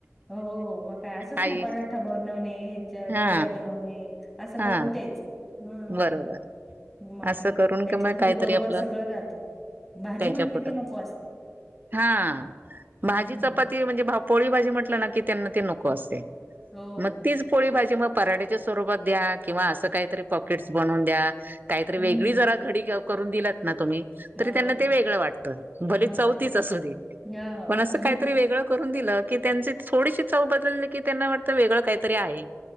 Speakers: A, in the centre; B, on the right.
A: हो हो मग काय असंच
B: आई
A: मग पराठा बनवणे हेच्या
B: हा
A: पुऱ्या बनवणे. असं
B: हा
A: करून द्यायचं हम्म.
B: बरोबर
A: मग
B: असं
A: काय
B: करून
A: त्याच्या
B: कि मग
A: थ्रू
B: काहीतरी
A: बरोबर
B: आपलं
A: सगळं जातं. भाजी
B: त्यांच्या
A: म्हणले
B: पोटात
A: की नको असतं.
B: हा
A: हम्म.
B: भाजी चपाती म्हणजे भा पोळी भाजी म्हटलं ना की त्यांना ते नको असते
A: हो.
B: मग तीच पोळी भाजी मग पराठ्याच्या स्वरूपात द्या किंवा असं काहीतरी पॉकेट्स बनवून द्या. काहीतरी वेगळी
A: हम्म.
B: जरा घडी करून दिलात ना तुम्ही
A: हो.
B: तरी त्यांना ते वेगळं वाटत भले
A: मग
B: चव
A: काय.
B: तीच असू दे
A: हो.
B: पण असं काहीतरी वेगळं करून दिलं की त्यांची थोडीशी चव बदलली की त्यांना वाटतं वेगळं काहीतरी आहे.